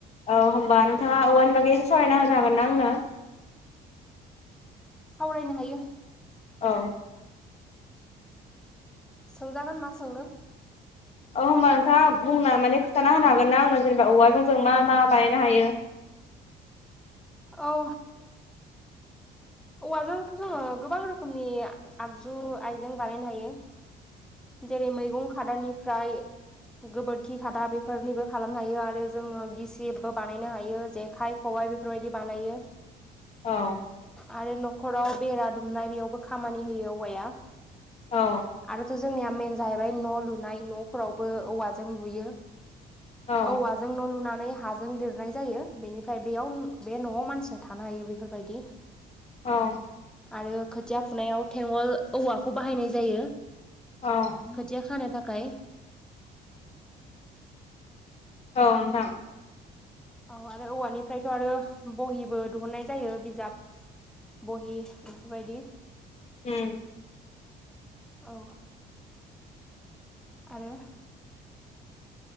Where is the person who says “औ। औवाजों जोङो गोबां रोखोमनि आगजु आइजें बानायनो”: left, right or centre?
Centre